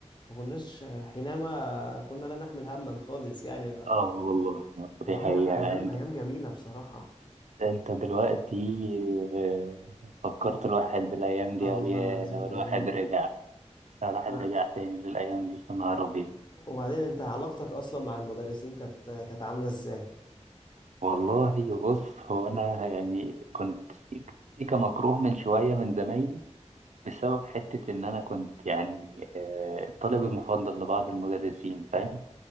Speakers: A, on the left; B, on the right.
A: ما كناش حينما كنا لا نحمل هما خالص يعني ف...
B: اه والله
A: والله
B: دي حقيقة
A: لا أيام
B: انت
A: أيام جميلة بصراحة
B: انت دلوقتي آه، فكرت الواحد الايام دي
A: اه
B: قال
A: والله
B: يا
A: العظيم
B: لو الواحد
A: أيام
B: رجع لو الواحد
A: لا
B: رجع تاني للايام دي يا نهار ابيض
A: وبعدين أنت علاقتك أصلا مع المدرسين كانت كانت عاملة إزاي؟
B: والله بص هو انا يعني كنت سيك- سيكا مكروه من شويه من زمايلي بسبب حته ان انا كنت يعني آه، الطالب المفضل لبعض المدرسين فاهم